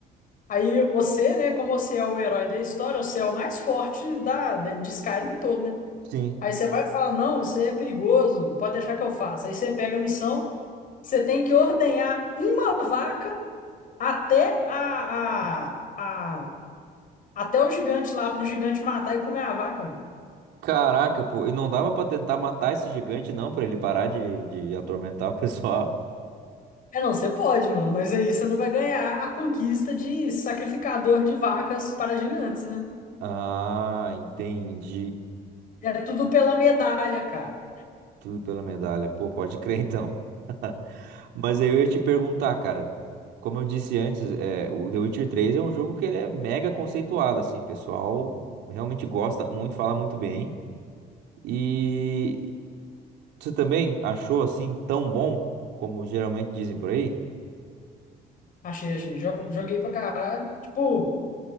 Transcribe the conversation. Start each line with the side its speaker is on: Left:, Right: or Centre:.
Left: Aí você, né, como você é o herói da história, você é o mais forte da, da- de Skyrim todo, né?
Right: sim.
Left: Aí você vai e fala: Não, isso aí é perigoso, pode deixar que eu faça. Aí você pega a missão, você tem que ordenhar uma vaca até a, a, a- até o gigante lá, pro gigante matar e comer a vaca, mano.
Right: Caraca, pô, e não dava pra tentar matar esse gigante, não, pra ele parar de, de atormentar o <laughs> pessoal?
Left: É, não, você pode, mano, mas aí você não vai ganhar a conquista de sacrificador de vacas para gigantes, né?
Right: Ah, entendi.
Left: É tudo pela medalha, cara.
Right: Tudo pela medalha. Pô, pode crer então. <laughs> Mas eu ia te perguntar, cara. Como eu disse antes, é, o The Witcher 3 é um jogo que ele é mega conceituado, assim, o pessoal realmente gosta muito, fala muito bem. E você também achou assim tão bom como geralmente dizem por aí?
Left: Achei, achei. Jogo- Joguei pra caralho. Tipo,